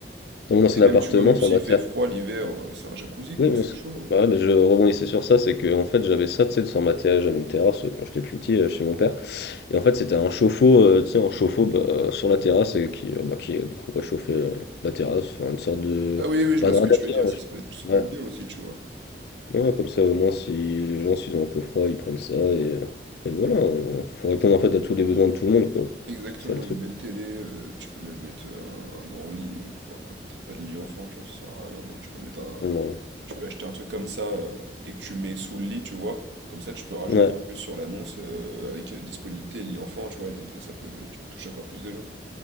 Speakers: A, on the left (about 60°); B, on the right (about 80°).
A: Dans mon ancien
B: Et
A: appartement,
B: même, tu vois, même
A: sur
B: s'il
A: ma
B: fait
A: terrasse
B: froid l'hiver, euh, c'est un jacuzzi,
A: Oui,
B: quoi.
A: mais,
B: C'est
A: c'est-
B: chaud,
A: Bah
B: hein.
A: ouais, mais je rebondissais sur ça, c'est que en fait j'avais ça, tu sais, de sur ma terrasse, j'avais une terrasse euh, quand j'étais plus petit euh, chez mon père, et en fait c'était un chauffe-eau, euh, tu sais, un chauffe-eau bah, sur la terrasse et qui, euh, bah, qui euh, du coup réchauffait euh, la terrasse, enfin, une sorte de,
B: Ah oui, oui, je
A: pas
B: vois
A: de
B: ce
A: radiateur,
B: que tu veux dire. Ça,
A: je-
B: ça peut être, ça peut
A: ouais,
B: être bien aussi, tu vois.
A: non, ouais, comme ça au moins si les gens s'ils ont un peu froid, ils prennent ça et, euh, et voilà, on- faut répondre en fait à tous les besoins de tout le monde quoi,
B: Exactement,
A: c'est ça le truc.
B: une belle télé. euh, tu peux même mettre euh, un, un grand lit. mais faut- Après, peut-être pas de lit enfant, tu vois, ça sert à rien. Mais tu peux mettre un,
A: Ouais.
B: tu peux acheter un truc comme ça euh, et que tu mets sous le lit, tu vois. Comme ça, tu peux rajouter
A: Ouais.
B: en plus sur l'annonce euh, avec euh, disponibilité lit enfant, tu vois. Et là, ça peut, tu peux toucher encore plus de gens.